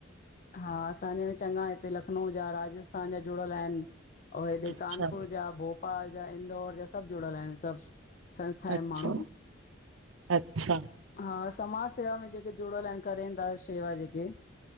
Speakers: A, on the left; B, on the right.
A: हा असांजे चङा हिते, लखनऊ जा, राजस्थान जा जुड़ियल आहिनि। ओ, हेॾे
B: अच्छा
A: कानपुर जा, भोपाल जा, इंदौर जा सभु जुड़ियल आहिनि सभु संस्था
B: अच्छा
A: जा माण्हूं
B: अच्छा
A: हा समाज सेवा में जेके जुड़ियल आहिनि, करेंन दा शेवा जेके।